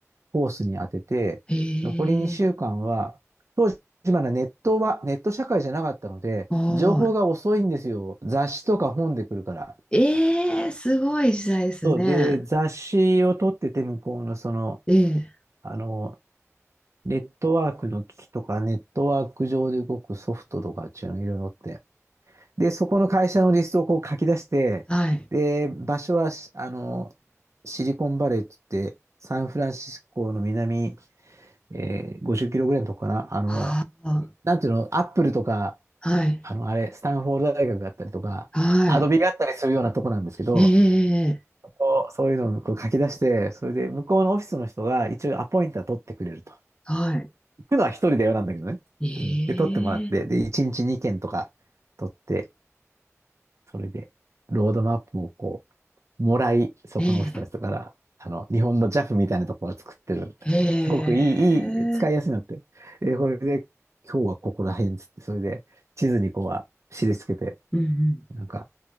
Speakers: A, on the right; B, on the left.
A: コースに当てて、
B: え
A: 残り2週間は、
B: え、
A: 当時まだネットは、ネット社会じゃなかったので、
B: は
A: 情報が遅いんですよ。雑誌とか本で来るから。
B: ーい。ええ、すごい時代ですね。
A: そうで、雑誌を取ってて、向こうのその、
B: ええ、
A: あの、ネットワークの機器とか、ネットワーク上で動くソフトとかっていうのいろいろ載って。で、そこの会社のリストをこう書き出して、
B: はい。
A: で、場所は、あの、シリコンバレーって言って、サンフランシスコの南えー、50キロぐらいのとこかな。あの、
B: ああ、
A: なんていうの、アップルとか、
B: はい、
A: あの、あれ、スタンフォード大学があったりとか、
B: はい。
A: アドビがあったりするようなとこなんですけど、
B: ええ、
A: ここそういうのをこう書き出して、それで向こうのオフィスの人が一応アポイントは取ってくれると。
B: はい。
A: 行くのは一人だよなんだけどね。
B: ええ、
A: うん、で、取ってもらって、で、1日2件とか取って、それで、ロードマップをこもらい、そこのオフィスの人から、
B: ええ、
A: あの、日本のジャフみたいなとこが作ってる。
B: ええ、
A: すごくいい、いい、使いやすいのって。え、これで、今日はここら辺っつって、それで地図にこうは印つけて、
B: うんうん。
A: なんか、